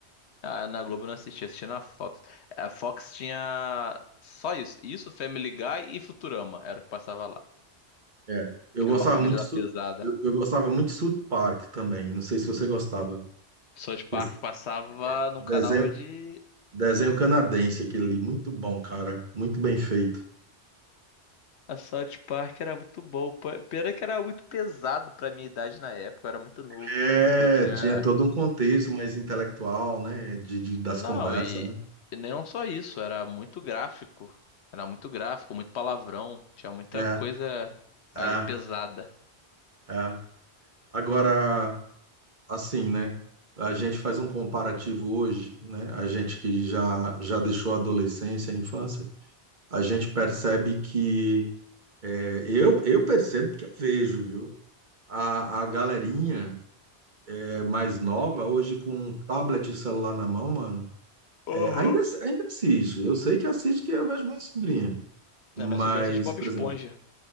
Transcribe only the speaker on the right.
É. Eu
gostava
muito.
Su-
Eu, eu gostava muito de South Park também. Não sei se você gostava.
Esse
Desenho,
desenho canadense, aquele ali, muito bom, cara, muito bem feito.
É,
tinha todo um contexto mais intelectual, né, de, de- das
conversas,
né?
É,
é,
é. Agora, assim, né, a gente faz um comparativo hoje, né, a gente que já, já deixou a adolescência, a infância, a gente percebe que, é, eu, eu percebo que eu vejo, viu? A, a galerinha é, mais nova, hoje com tablet e celular na mão, mano,
É, ainda, ainda assiste. Eu sei que assiste que eu vejo minha sobrinha. Mas,
por
exemplo,